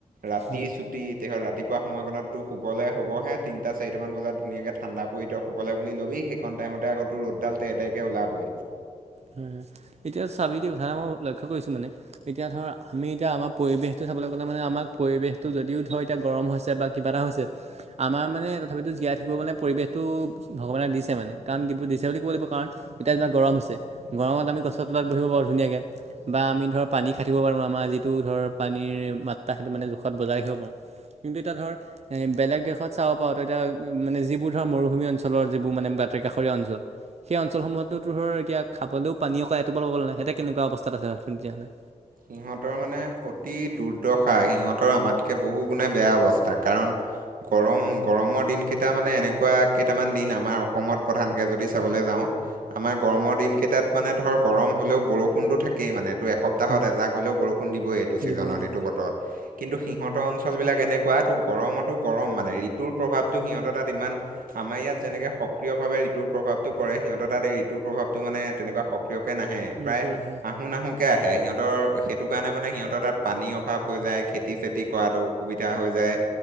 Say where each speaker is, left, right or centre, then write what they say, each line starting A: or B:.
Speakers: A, on the right; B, on the right.
A: ৰাতি
B: হয়।
A: চু- টি কি হল ৰাতিপুৱা সময়কনতো শুবলৈ হ'বহে তিনটা চাৰিটামান বজাত ধুনীয়াকৈ ঠাণ্ডা পৰিতক- শুবলে বুলি ল'বি সেইকন টাইমতে আকৌ তোৰ ৰ'দডাল তেতে কে ওলাবই।
B: হোম এতিয়া চাবি দেই সা মই লক্ষ্য কৰিছো মানে, এতিয়া ধৰ আমি এতিয়া আমাৰ পৰিৱেশটো চাবলৈ গ'লে মানে আমাৰ পৰিৱেশটো যদিও ধৰ এতিয়া গৰম হৈছে বা- কিবা এটা হৈছে, আমাৰ মানে তথাপিতো জীয়াই থাকিব গ'লে পৰিৱেশটো ভগৱানে দিছে মানে কাৰণ যিবোৰ দিছে বুলি ক'ব লাগিব কাৰণ- এতিয়া যেনিবা গৰম আছে গৰমত আমি গছৰ তলত বহিব পাৰোঁ ধুনীয়াকে। বা আমি ধৰ পানী খাই থাকিব পাৰোঁ আমাৰ যিটো ধৰ পানীৰ মাত্ৰা সেইটো মানে জোখত বজাই ৰাখিব পাৰোঁ। কিন্তু এতিয়া ধৰ- এ বেলেগ দেশত চাব পাৰো। এতিয়া মানে যিবোৰ ধৰ মৰুভূমি অঞ্চলৰ যিবোৰ মানে বাতৰ কাষৰীয়া অঞ্চল। সেই অঞ্চলসমূহতো ধৰ এতিয়া খাবলৈও পানী অক এটোপাল পাবলৈ নাই সেতে কেনেকুৱা অৱস্থাত আছে ভাব চোন তেতিয়াহ'লে।
A: সিহঁতৰ মানে অতি দুৰ্দশা সিহঁতৰ আমাতকে বহু গুণে বেয়া অৱস্থা, কাৰণ- গৰম গৰমৰ দিন কেইটা মানে এনেকুৱা কেইটামান দিন আমাৰ অসমত প্ৰধানকে যদি চাবলৈ যাওঁ। আমাৰ গৰমৰ দিন কেইটাত মানে ধৰ গৰম হলেও বৰষুণতো থাকেই মানে তোৰ এসপ- তাহত
B: হয়
A: এজাক হলেও বৰষুণ দিবই এইটো ছিজনত
B: দিবই দিবই
A: এইটো বতৰত। কিন্তু সিহঁতৰ অঞ্চলবিলাক এনেকুৱা তো গৰমতো গৰম মানে ঋতুৰ প্ৰভাৱটো সিহঁতৰ তাত ইমান- আমাৰ ইয়াত যেনেকে সক্ৰিয় ভাৱে ঋতুৰ প্ৰভাৱটো পৰে সিহঁতে তাত এই ঋতুৰ প্ৰভাৱটো মানে তেনেকুৱা সক- ক্ৰিয়কে নাহে, প্ৰায়
B: নপৰে হয়
A: আহো নাহোকে আহে। সিহঁত- তৰ সেইটো কাৰণে মানে সিহঁতৰ তাত পানীৰ অভাৱ হৈ যায় খেতি চেতি কৰাত অসুবিধা হৈ যায়।